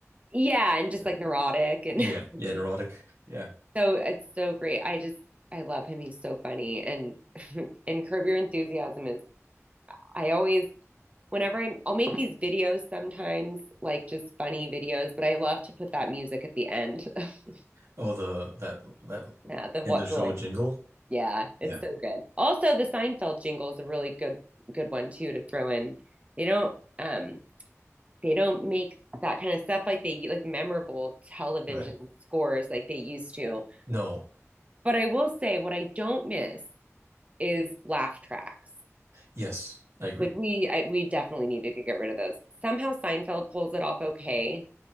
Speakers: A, on the right; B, on the right.
A: Yeah, and just
B: Yeah.
A: like neurotic and
B: Yeah.
A: <laughs>
B: Yeah. Neurotic. Yeah.
A: so it's so great. I just I love him. He's so funny and <laughs> and Curb Your Enthusiasm is I always whenever I'm I'll make these videos sometimes like just funny videos, but I love to put that music at the end. <laughs>
B: Oh, the that that
A: Yeah, the
B: end
A: what
B: of
A: the,
B: show
A: like
B: jingle.
A: yeah, it's
B: Yeah.
A: so good. Also, the Seinfeld jingle is a really good good one too to throw in. They don't um they don't make that kind of stuff like they like memorable television
B: Right.
A: scores like they used to.
B: No.
A: But I will say what I don't miss is laugh tracks.
B: Yes, I agree.
A: Like we I, we definitely need to get rid of those. Somehow Seinfeld pulls it off okay,